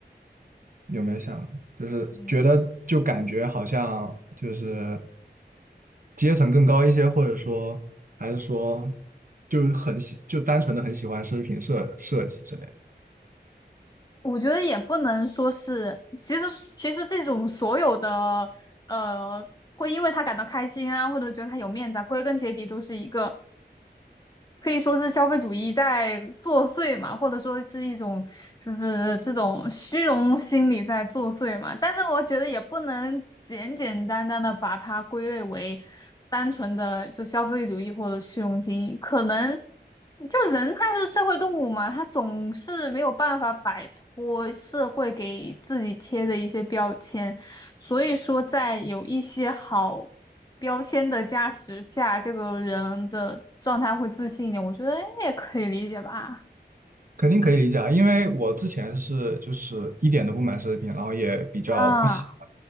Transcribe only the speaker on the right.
有没有想，就是觉得就感觉好像就是
阶层更高一些，或者说还是说就是很喜，就单纯的很喜欢奢侈品设设计之类
肯定可以理解啊，因为我之前是就是一点都不买奢侈品，然后也比较不喜欢。